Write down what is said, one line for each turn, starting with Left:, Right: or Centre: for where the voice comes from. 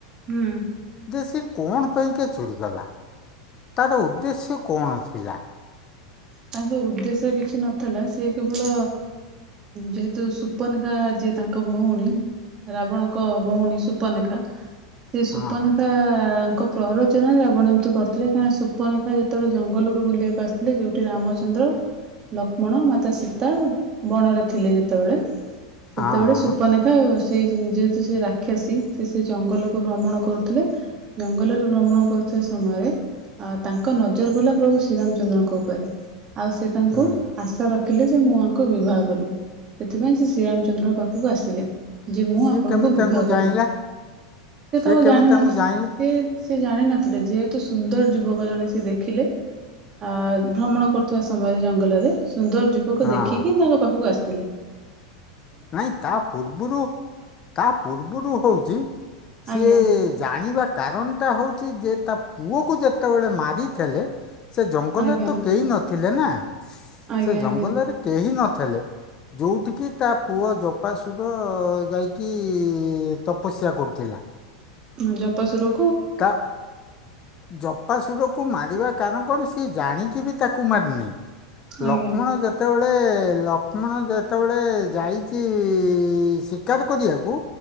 Right: ହୁଁ
Left: ଯେ ସେ କଣ ପାଇଁକା ଚୋରି କଲା ତର ଉଦ୍ଦେଶ୍ୟ କଣ ଥିଲା?
Right: ତାଙ୍କ ଉଦ୍ଦେଶ୍ୟ କିଛି ନଥିଲା ସେି କେବଳ ଯେହେତୁ ସୁପନ ଖା ଯିଏ ତାଙ୍କ ଭଉଣୀ ରାବଣଙ୍କ ଭଉଣୀ ସୁପନେଖା ସେ ସୁପନେଖା
Left: ହଁ
Right: ତାଙ୍କ ପ୍ରରଚନରେ ରାବଣ ଏମିତି କରିଥିଲେ କାହିଁକି ସୁପନେଖା ଯେତେବେଳେ ଜଙ୍ଗଲକୁ ବୁଲକୁସିଥିଲେ ଯୋଉ ରାମଚନ୍ଦ୍ର ଲକ୍ଷ୍ମଣ ମାତା ସୀତା ବଣରେ ଥିଲେ ଯେତେବେଳେ ସେତେବେଳେ
Left: ହଁ ହଁ
Right: ସୁପନେଖା ସେ ଯେହେତୁ ସେ ରାକ୍ଷସୀ ସେ ସେ ଜଙ୍ଗଲକୁ ଭ୍ରମଣ କରୁଥିଲେ ଜଙ୍ଗଲରେ ଭ୍ରମଣ କରୁଥିବା ସମୟରେ ତାଙ୍କ ନଜର ପଇଲା ପ୍ରଭୁ ଶ୍ରୀରାମଚନ୍ଦ୍ରଙ୍କ ଉପରେ। ଆଉ ସେ ତାଙ୍କୁ
Left: ହୁଁ
Right: ଆଶା ର ଦେଖିଲେ ଯେ ମୁଁ ଆଙ୍କ ବିବାହ କରିବି ସେଥିପାଇଁ ସେ ଶ୍ରୀରାମଚନ୍ଦ୍ର ପାଖକୁ ଆସିଲେ। ଯେ ମୁଁ
Left: ସିଏ
Right: ଆପଣଙ୍କୁ
Left: କେମିତି
Right: ବିବାହ
Left: ତାଙ୍କୁ
Right: କରିବି
Left: ଜାଣିଲା
Right: ସେ
Left: ସିଏ
Right: ତାଙ୍କୁ
Left: କେମିତି
Right: ଜାଣିନଥ
Left: ତାଙ୍କୁ ଜାଣିଲା
Right: ସେ ସେ ଜାଣିନଥିଲେ ଯେହେତୁ ସୁନ୍ଦର ଯୁବକ ଜଣେ ସେ ଦେଖିଲେ ଆ ଭ୍ରମଣ କରୁଥିବା ସମୟରେ ଜଙ୍ଗଲରେ ସୁନ୍ଦର ଯୁବକ
Left: ହଁ
Right: ଦେଖିକି ତାଙ୍କ ପାଖକୁ ଆସି ଥିଲେ।
Left: ନାଇଁ ତା ପୂର୍ବରୁ ତା ପୂର୍ବରୁ ହଉଛି ସିଏ
Right: ଆଜ୍ଞା
Left: ଜାଣିବା କାରଣ ଟା ହଉଛି ଯେ ତା ପୁଅ କ ଯେତେବେଳେ ମାରିଥିଲେ। ସେ ଜଙ୍ଗଲରେ
Right: ଆଜ୍ଞା
Left: ତ କେହି ନ ଥିଲେ ନା।
Right: ଆଜ୍ଞା
Left: ସେ ଜଙ୍ଗଲରେ
Right: ଆଜ୍ଞା
Left: କେହି ନ ଥେଲେ ଯୋଉଠି କିି ତା ପୁଅ ଜପାସୁର ଯାଇକି ତପସ୍ୟା କରୁଥିଲା।
Right: ମୁ ଯପସ ର
Left: ତାପ ଜପ୍ ବାପାସୁରକୁ ମାରିବା କାରଣ କଣ ସିଏ ଜାଣିକି ବି ତାକୁ ମାରିନିଁ
Right: ଆଜ୍ଞା।
Left: ଲକ୍ଷ୍ମଣ ଯେତେବେଳେ ଗେ ଲକ୍ଷ୍ମଣ ଯେତେବେଳେ ଯାଇଛି ଶିକାର କରିବାକୁ।